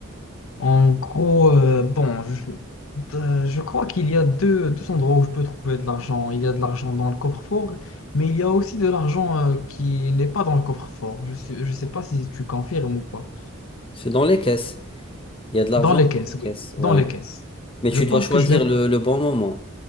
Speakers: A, on the left (about 80°); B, on the left (about 25°).
A: En gros, euh, bon, je, euh, je crois qu'il y a deux, deux endroits où je peux trouver de l'argent. Il y a de l'argent dans le coffre-fort, mais il y a aussi de l'argent, euh, qui n'est pas dans le coffre-fort. Je sais, je sais pas si tu confirmes ou pas.
B: C'est dans les caisses. Il y a de l'argent
A: Dans les
B: dans
A: caisses,
B: les caisses.
A: oui. Dans
B: Ouais.
A: les caisses.
B: Mais
A: Je
B: tu
A: pense
B: dois choisir
A: que je vais
B: le, le bon moment.